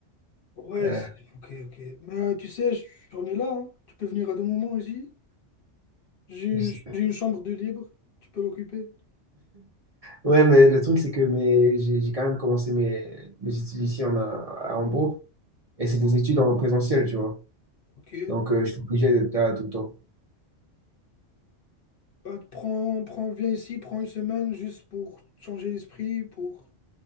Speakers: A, on the left; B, on the right.
A: Ouais,
B: Euh,
A: c'est- ok, ok. Mais tu sais, je- j'en ai là, hein. Tu peux venir à deux moments ici. J'ai
B: je
A: j'ai une chambre de libre, tu peux l'occuper.
B: ouais, mais le truc, c'est que mes, j'ai, j'ai quand même commencé mes, mes études ici en, à Hambourg et c'est des études en présentiel, tu vois.
A: Ok.
B: Donc, euh, je suis obligé d'être là tout le temps.
A: Bah, prends, prends, viens ici, prends une semaine juste pour changer l'esprit, pour,